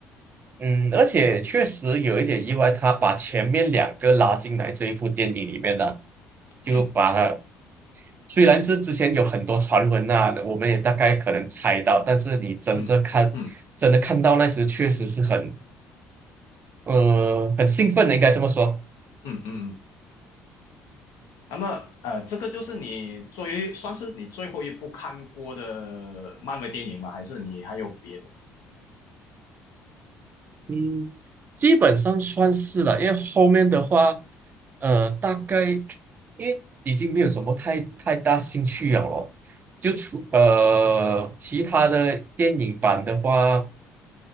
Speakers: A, on the right; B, on the left.
A: 嗯，而且确实有一点意外，他把前面两个拉进来这一部电影里面的，就把它
B: 嗯
A: 虽然这之前有很多传闻啊，我们也大概可能猜到，但是你真正看真的看到那时，
B: 嗯嗯
A: 确实是很呃很兴奋的，应该这么说。
B: 嗯嗯嗯。那么呃，这个就是你最算是你最后一部看过的漫威电影吗？还是你还有别的
A: 嗯。基本上算是了，因为后面的话，呃，大概因为已经没有什么太太大兴趣了咯，就除呃其他的电影版的话，